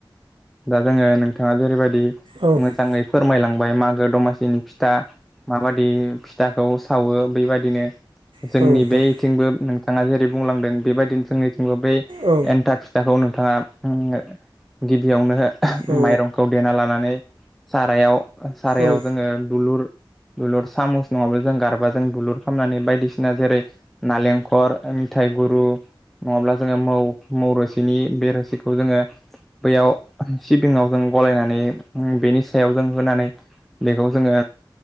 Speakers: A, in the centre; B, on the right (about 85°).
A: दा जोङो नोंथाङा जेरैबायदि
B: औ नोंथां औ
A: मोजाङै फोरमायलांबाय मागो दमासिनि फिथा माबादि फिथाखौ सावो बेबादिनो
B: औ
A: जोंनि
B: नोंथां
A: बेथिंबो बिथाङा जेरै बुंलांदों बेबायदिनो जोंनिथिंबो बै
B: औ
A: एन्थाब फिथाखौ नु- नोंथाङा उम गिबियावनो
B: औ
A: माइरंखौ देना लानानै सारायाव सारायाव
B: औ
A: जोङो दुलुर दुलुर सामुस नङाबा जों गारबाजों दुलुर खालामनानै बायदि- सिना जेरै नालेंखर मिथाइ गुरु नङाब्ला जोङो मौ मौरोसिनि बे रोसिखौ जोङो बैयाव सिबिंआव जों गलायनानै उम बेनि सायाव जों होनानै बेखौ जोङो